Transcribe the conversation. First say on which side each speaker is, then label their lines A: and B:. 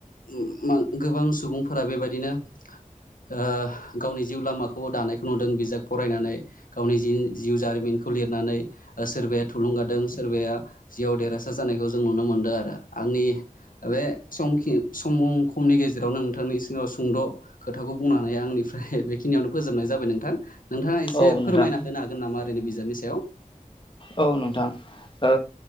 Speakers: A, on the left (about 85°); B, on the left (about 40°).
A: उम मा गोबां सुबुंफोरा बेबायदिनो ओ गावनि जिउ लामाखौ दानायखौ नुदों बिजाब फरायनानै गावनि जिन जिउ जारिमिनखौ लिरनानै सोरबाया थुलुंगादों सोरबाया जिउआव देरहासार जानायखौ जों नुनो मोनदों आरो आंनि बे समखि समुं खमनि गेजेरावनो नोंथांनि सिगाङाव सुंद' खोथाखौ बुंनानै आंनिफ्राय बेखिनियावनो फोजोबनाय जाबाय नोंथां। नोंथाङा एसे
B: औ
A: फोरमायना
B: नोंथां
A: होनो हागोन नामा ओरैनो बिजाबनि सायाव।
B: औ नोंथां ओ